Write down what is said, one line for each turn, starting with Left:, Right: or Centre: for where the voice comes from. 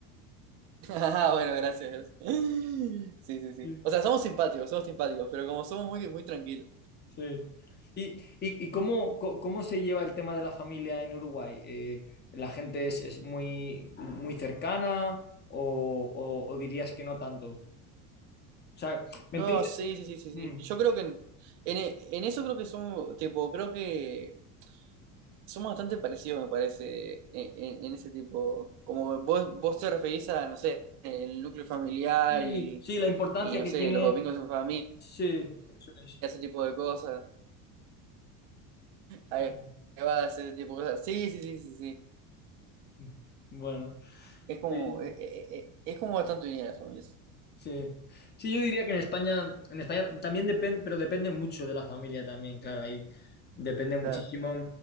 Right: <laughs> Ah, bueno, gracias, gracias. <laughs> Sí, sí, sí.
Left: Sí.
Right: O sea, somos simpáticos, somos simpáticos, pero como somos muy, muy tranquilos.
Left: Sí. ¿Y, y- y cómo, co- cómo se lleva el tema de la familia en Uruguay? Eh, ¿la gente es, es muy, muy cercana o, o- o dirías que no tanto? O sea, ¿me
Right: No,
Left: entiendes?
Right: sí, sí, sí, sí,
Left: Mm.
Right: sí. Yo creo que en, en, e- en eso creo que somos, tipo, creo que somos bastante parecidos, me parece, en, en- en ese tipo. Como vos, vos te referís a, no sé, el núcleo familiar
Left: Sí,
Right: y,
Left: sí, la importancia
Right: y no
Left: que
Right: sé,
Left: tiene.
Right: los domingos en familia,
Left: Sí, eso es.
Right: ese tipo de cosas. Ahí
Left: Mm,
Right: va, ese tipo de cosas. Sí, sí, sí, sí, sí.
Left: mm. mm. Bueno,
Right: Es como,
Left: muy bien.
Right: e- e- e- e, es como bastante unida la familia. sí,
Left: Sí. Sí, yo diría que en España, en España también depende, pero depende mucho de la familia también, claro, ahí depende muchísimo,
Right: claro.